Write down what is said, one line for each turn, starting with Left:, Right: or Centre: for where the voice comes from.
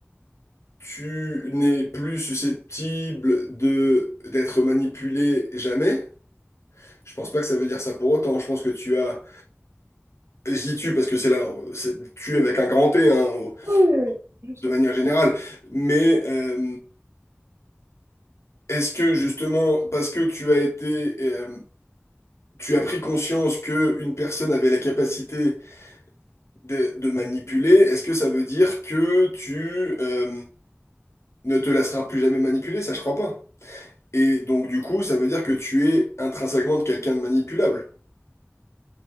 Left: tu n'es plus susceptible de d'être manipulé jamais? Je pense pas que ça veut dire ça pour autant. Je pense que tu as, je dis tu parce que c'est là, c'est tu avec un grand T, hein, au-
Right: Oui, oui, oui, je sais.
Left: de manière générale. Mais euh, Est-ce que justement, parce que tu as été, euh, tu as pris conscience que une personne avait la capacité de, de manipuler, est-ce que ça veut dire que tu euh, ne te laisseras plus jamais manipuler? Ça, je crois pas. Et donc, du coup, ça veut dire que tu es intrinsèquement quelqu'un de manipulable,